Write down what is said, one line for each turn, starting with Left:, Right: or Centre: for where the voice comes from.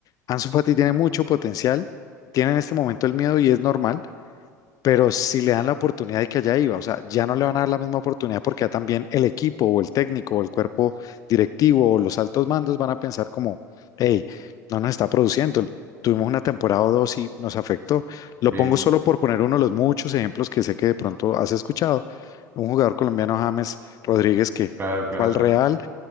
Left: Ansu Fati tiene mucho potencial, tiene en este momento el miedo y es normal pero si le dan la oportunidad de que allá iba, o sea, ya no le van a dar la misma oportunidad porque ya también el equipo o el técnico o el cuerpo directivo o los altos mandos van a pensar como, hey, no nos está produciendo, tuvimos una temporada o dos y nos afectó. Lo
Right: sí,
Left: pongo solo por poner uno de los muchos ejemplos que sé que de pronto has escuchado. Un jugador colombiano, James Rodríguez, que
Right: claro, claro.
Left: fue al Real